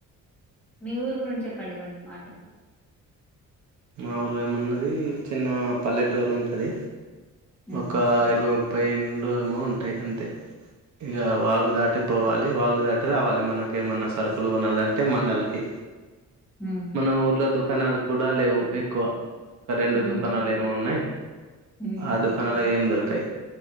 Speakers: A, in the centre; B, on the right (about 60°).
A: మీ ఊరు గురించి చెప్పండి కొన్ని మాటలు
B: మా ఊరు ఏమున్నది చిన్న పల్లెటూరు ఉంటది
A: హ్మ్.
B: ఒక ఇరవై ముప్పై ఇండ్లు ఏమో ఉంటాయి అంతే ఇగా వాగు దాటి పోవాలి వాగుదాటి రావాలి మనకి ఏమన్నా సరుకులు కొనాలంటే మండలకి
A: హ్మ్.
B: మన ఊర్లా దుక్ కణాలు కూడా లేవు ఎక్కువ ఒక రెండు
A: హ్మ్.
B: దుకాణాలు ఏమో ఉన్నాయి
A: హ్మ్.
B: ఆ దుకానాల ఏం దొర కై